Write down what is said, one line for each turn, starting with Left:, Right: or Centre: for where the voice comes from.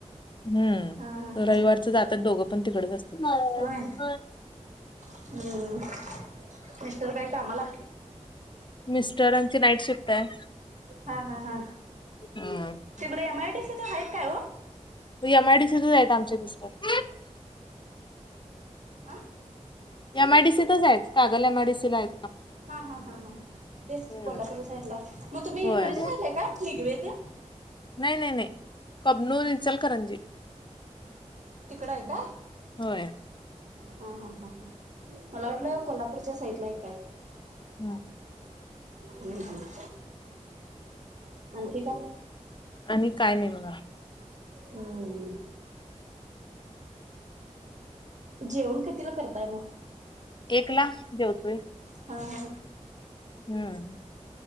Left: हम्म
Right: हा हा
Left: रविवारच
Right: हा
Left: जातात दोघं पण तिकडच असतात
Right: होय हम्म दिसतर काय कामला
Left: मिस्टर आची नाईट शिकत आहे
Right: हा हा हा
Left: ह
Right: तिकडे एम आयडी स तर आहेत काय व
Left: मग एम आयडीीच आहेत आमचे मििस्टर
Right: आ
Left: एम आयडीसी तरच आहेत कागल एम आयडीसी ला आहे
Right: हा हा हा हा तेच
Left: हम्म.
Right: की कोल्हापूरच्या साईड ला मग तुम्ही
Left: होय
Right: इकडच्या साईडला आहे का निघवे ते
Left: नाही नाही नाही कबनू रचल करंजी
Right: तिकडं आहे काय
Left: होय
Right: हा हा हा हा मला वाटलं कोल्हापूरच्या साईड ला एक काय
Left: हम
Right: हम् हम् आणखी काय
Left: आणि काय नाही बगा
Right: हम् जेवण कितीिला करताय मग
Left: एक ला जेवतोय
Right: हा हा
Left: हम्म